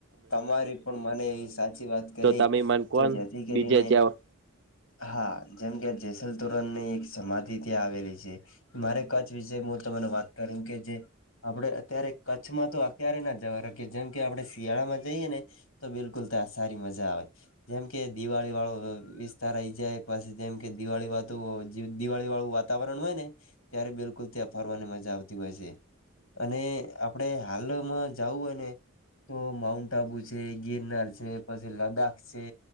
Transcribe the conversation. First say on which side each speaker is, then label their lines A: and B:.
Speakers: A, on the left; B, on the right.
A: તમારી પણ મને એવી સાચી વાત કરી
B: તો તમે મને
A: કે
B: કોણ
A: જેથી કરીને.
B: બીજે જ્યાં
A: હા જેમ કે જેસલ તોરન ની એક સમાધિ ત્યાં આવેલી છે. મારે કચ્છ વિશે હું તમાર વાત કરું કે જે આપડે અત્યારે કચ્છમાં તો અત્યારે ના જવા રાખીએ જેમ કે આપણે શિયાળામાં જઈએ ને તો બિલકુલ ત્યાં સારી મજા આવે જેમ કે દિવાળી વાળો વિ તાર રહી જાય પછી જેમ કે દિવાળી વાતું દિવાળી વાળું વાતાવરણ હોય ને ત્યારે બિલકુલ ત્યાં ફરવાની મજા આવતી હોય છે અને આ આપડે હાલમાં જાવું હોયને તો માઉન્ટ આબુ છે, ગિરનાર છે, પછી લદ્દાખ છે.